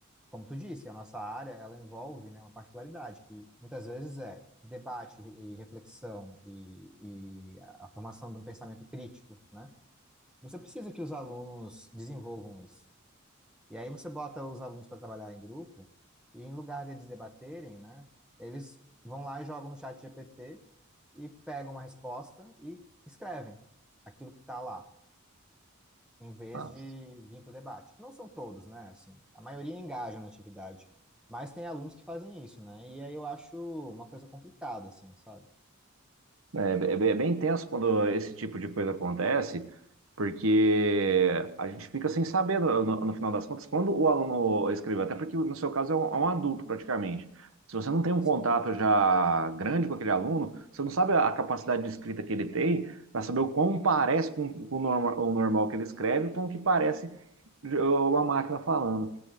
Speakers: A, in the centre; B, on the right (about 75°).
A: como tu disse, a nossa área, ela envolve, né, uma particularidade que muitas vezes é debate e reflexão e, e a a formação de um pensamento crítico, né? Você precisa que os alunos desenvolvam isso. E aí você bota os alunos para trabalhar em grupo e em lugar deles debaterem, né, eles vão lá e jogam no chat GPT e pegam uma resposta e escrevem aquilo que está lá em vez
B: Ah,
A: de vir para o debate. Não são todos, né? Assim, a maioria engaja na atividade, mas tem alunos que fazem isso, né? E aí eu acho uma coisa complicada, assim, sabe?
B: É, é bem é bem tenso quando esse tipo de coisa acontece, porque a gente fica sem saber, no, no- no final das contas, quando o aluno escreveu, até porque no seu caso é um, é um adulto praticamente. Se você não tem um
A: Sim,
B: contato já grande com aquele aluno, você não sabe a a capacidade de escrita que ele tem para saber o quão parece com, com o, norma- o normal que ele escreve, com o que parece de- uma máquina falando.